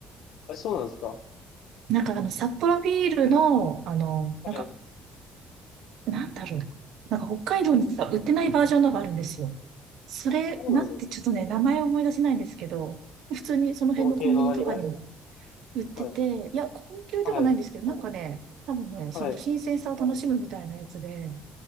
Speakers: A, on the left; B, on the right.
A: あ、そうなんですか。
B: なんかあの、札幌ビールの、あの、
A: はい。
B: なんか、なんだろう。なんか北海道にしか売ってないバージョンのがあるんですよ。それ、
A: あ、そうなんですね。
B: なんてちょっとね、名前を思い出せないんですけど、普通にその辺のコンビニとかにも
A: とろ系の何かですかね。
B: 売ってて、
A: はい。
B: いや、高級でもないんですけど、
A: はい。
B: なんかね、多分ね、その新鮮さを楽しむみたいなやつで、
A: はい。